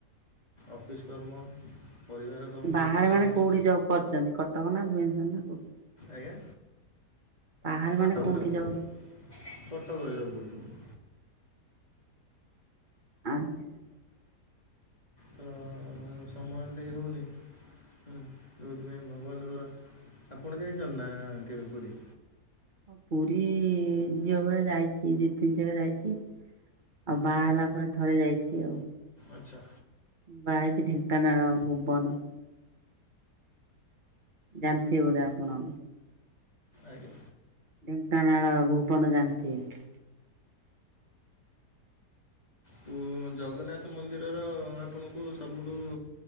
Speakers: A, on the left; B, on the right.
A: ଅଫିସ୍ କର୍ମ ପରିବାର କର୍ମ
B: ବାହାରେ
A: ଭିତରେ
B: ମାନେ
A: ଏମିତି
B: କଉଠି ଜବ୍ କରଚନ୍ତି କଟକ ନା ଭୁବନେଶ୍ୱର ନା କଉଠି?
A: ଆଜ୍ଞା?
B: ବାହାରେ
A: କଟକରେ
B: ମାନେ କୋଉଠି
A: ମୁଁ
B: ଜବ୍
A: କଟକରେ ଜବ କରୁଚି
B: ଆଚ୍ଛା।
A: ତ ସମୟ ଦେଇ ହେଉନି ହୁଁ ଯଉଁଥିପାଇଁ ଭଗବାନଙ୍କର ଆପଣ ଯାଇଚନ୍ତି ନା କେବେ ପୁରୀ?
B: ହଁ ପୁରୀ ଯିଅବେଳେ ଯାଇଚି ଦି ତିନି ଥର ଯାଇଚି। ଆଉ ବାହା ହେଲା ପରେ ଥରେ ଯାଇଚି ଆଉ।
A: ଅଚ୍ଛା।
B: ବାହା ହେଇଚି ଢେଙ୍କାନାଳ ଭୁବନ। ଜାଣିଥିବେ ବୋଧେ ଆପଣ?
A: ଆଜ୍ଞା।
B: ଢେଙ୍କାନାଳ ଭୁବନ ଜାଣିଥିବେ?
A: ତୁଗୋ ଜଗନ୍ନାଥ ମନ୍ଦିରର ଆପଣଙ୍କୁ ସବୁଠୁ